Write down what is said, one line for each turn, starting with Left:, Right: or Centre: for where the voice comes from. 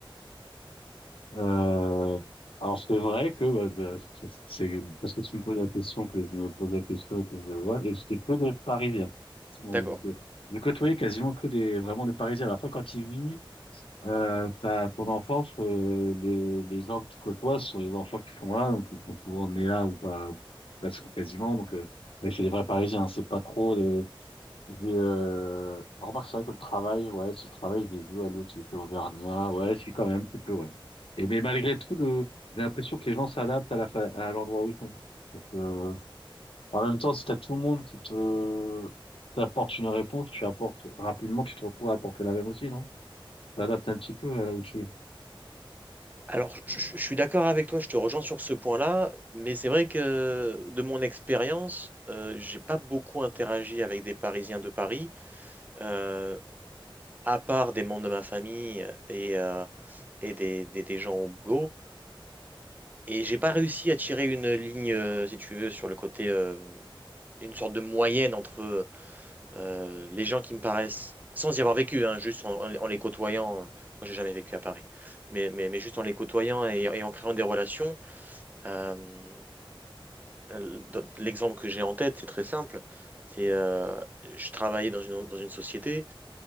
Left: Euh, alors c'est vrai que bah, de- c'est c'est parce que tu me poses la question que je me pose la question et que je vois et c'était que des Parisiens. Effectivement,
Right: D'accord.
Left: moi, j'ai co- j'ai côtoyé quasiment que des vraiment des Parisiens. Après quand tu vis euh, t'as ton enfance, euh, les les gens que tu côtoies ce sont les enfants qui sont là donc ils sont souvent nés là ou pas ou- ou quasiment donc euh, ouais, c'est des vrais Parisiens. C'est pas trop mais euh, remarque, c'est vrai que le travail, ouais, si le travail, je l'ai vu, ouais, l'autre, il était auvergnat, ouais, si, quand même, un petit peu, ouais. Et mais malgré tout, le, j'ai l'impression que les gens s'adaptent à la, fa- à l'endroit où ils sont. Parce que, en même temps, si t'as tout le monde qui te, t'apporte une réponse, tu apportes, rapidement, tu te retrouves à apporter la même aussi, non? T'adaptes un petit peu à là où tu es.
Right: Alors, je, je- je suis d'accord avec toi, je te rejoins sur ce point-là, mais c'est vrai que de mon expérience, euh, j'ai pas beaucoup interagi avec des Parisiens de Paris, euh, à part des membres de ma famille et, euh, et des, des- des gens au boulot. Et j'ai pas réussi à tirer une ligne, euh, si tu veux, sur le côté. euh, une sorte de moyenne entre euh, les gens qui me paraissent, sans y avoir vécu, hein, juste en, en- en les côtoyant, euh, moi j'ai jamais vécu à Paris, mais, mais, mais juste en les côtoyant et, et en créant des relations, euh, dans- l'exemple que j'ai en tête, c'est très simple, c'est euh, je travaillais dans une, dans une société